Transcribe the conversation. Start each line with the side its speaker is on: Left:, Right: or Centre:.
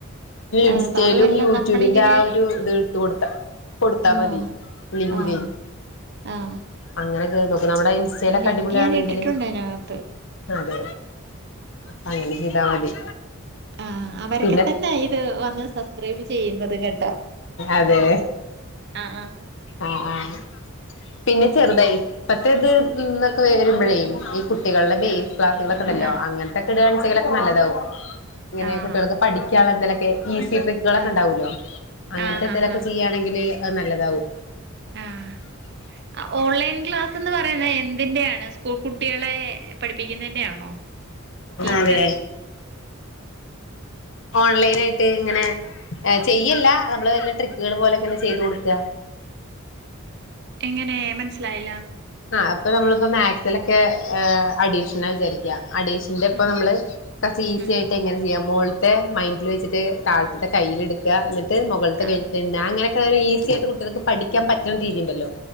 Right: ആ
Left: ഇൻസ്റ്റയിലും
Right: അപ്പ അതു അല്ല
Left: യൂട്യൂബിന്റെ
Right: നമ്മളിങ്ങനെ
Left: ആ ഒരു ഇത് ഇട്ട് കൊടുത്ത കൊട്ത്താ
Right: ആഹ്
Left: മതി ലിങ്കേ
Right: ആഹ് ആഹ്
Left: അങ്ങനെക്കെ നോക്ക നമ്മുടെ ഇൻസ്റ്റെലക്ക
Right: ലിങ്ക്
Left: അടിപൊളിയാണെങ്കില്
Right: ഞാൻ ഇട്ടിട്ടുണ്ട് അതിനകത്ത്
Left: അതെ അപ്പ അങ്ങനെ ചെയ്താ മതി
Right: ആഹ് അവരെക്കെ
Left: പിന്നെ
Right: തന്നെ ഇത് വന്ന് സ ബ്സ്ക്രൈബ് ചെയ്യുന്നതും കേട്ട
Left: അതെ
Right: ആഹ് ആഹ്
Left: ആ ആ പിന്നെ ചെറ്തായി ഇപ്പത്തെ ഇത് ന്നൊക്ക വരുമ്പഴേ ഈ കു ട്ടികൾടെ ബേസ്
Right: ആഹ്
Left: ക്ലാസുകളൊക്കെ ഇണ്ടല്ലോ
Right: ആഹ്
Left: അങ്ങൻത്തെക്കെ ഇടാൺച്ചങ്കിലൊക്ക നല്ലതാവും ഇങ്ങനെ
Right: ആഹ് ആഹ്
Left: കുട്ടികൾക്ക് പഠിക്ക്യാൻ ഇള്ള എന്തേലൊക്കെ ഈസി ട്രി ക്ക്കളൊക്കെ
Right: ആഹ്
Left: ഇണ്ടാവോല്ലോ അങ്ങൻത്തെ
Right: ആഹ്
Left: എന്തേലൊക്കെ
Right: ആഹ് ആഹ് ആഹ്
Left: ചെയ്യാണെങ്കില് അത് നല്ലതാവും
Right: ആഹ് ഓൺലൈൻ ക്ലാസ്ന്ന് പറയുന്ന എ ന്തിന്റെ ആണ് സ്കൂൾ കുട്ടികളെ പഠിപ്പിക്കുന്നെന്റെ ആണോ ടീച്ചർ
Left: അതെ ഓൺലൈനായിട്ട് ഇങ്ങനെ ഏ ചെയ്യല്ല നമ്മള് വല്ല ട്രിക്കുകള് പോലെ ഇങ്ങനെ ചെയ്ത് കൊടുക്ക
Right: എങ്ങനെ മൻസ്സിലായില്ല
Left: ആ അപ്പ നമ്മള്പ്പോ മാക്സിലൊക്കെ അഡീഷണൽ വിചാരി അഡീഷ്ന്റെ ഇപ്പ
Right: ഉം
Left: നമ്മള് കൊർച്ച് ഈസി
Right: ഉം
Left: ആയിട്ട് എങ്ങനെ ചെയ്യാം മോൾത്തെ മൈൻഡില് വെച്ചിട്ട് തായ്‌ ത്തെ കയ്യില് ഇട്ക്ക ന്നട്ട് മോകൾത്തെ
Right: ആഹ്
Left: കഴിഞ്ഞിട്ട് ണ അങ്ങനെക്കെ ഈസി ആയിട്ട് കുട്ടികൾക്ക് പഠിക്ക്യാം പറ്റ്ണ രീതിണ്ടല്ലോ